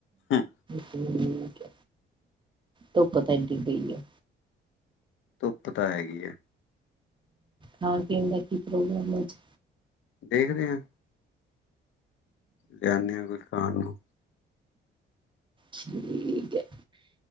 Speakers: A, on the left; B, on the right.
A: ਹੂੰ
B: ਠੀਕ ਧੁੱਪ ਤਾਂ ਏਡੀ ਪਰ ਆ
A: ਧੁੱਪ ਤਾਂ ਹੈਗੀ ਐ
B: ਹਾਂ ਤੇ ਦਾ ਕੀ ਪ੍ਰੋਗਰਾਮ ਹੈ ਅੱਜ
A: ਦੇਖਦੇ ਆਂ ਲਿਆਦੇ ਹਾਂ ਕੁਝ ਖਾਣ ਨੂੰ
B: ਠੀਕ ਐ